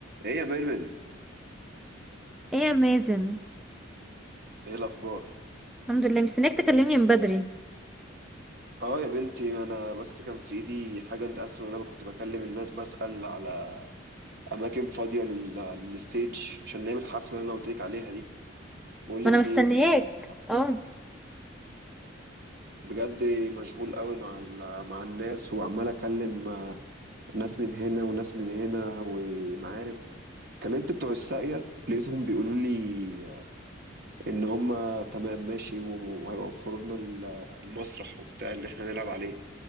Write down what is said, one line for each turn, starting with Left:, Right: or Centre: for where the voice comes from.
Right: ايه يا ميرمن
Centre: ايه يا مازن
Right: ايه الاخبار
Centre: الحمد لله مستنياك تكلمني من بدري
Right: اه يا بنتي انا بس كان في ايدي حاجه انت عارفه ان انا كنت بكلم الناس بسأل على اماكن فاضيه لل... للستيج عشان نعمل الحفله اللي انا قلت لك عليها دي بقول لك
Centre: ما انا مستنياك
Right: ايه ال-
Centre: اه
Right: بجد مشغول قوي مع ال... مع الناس وعمال اكلم آه، ناس من هنا وناس من هنا ومعارف كلمت بتوع الساقيه لقيتهم بيقولوا لي ان هم تمام ماشي وم- وهيوفروا لنا ال- المسرح وبتاع اللي احنا نلعب عليه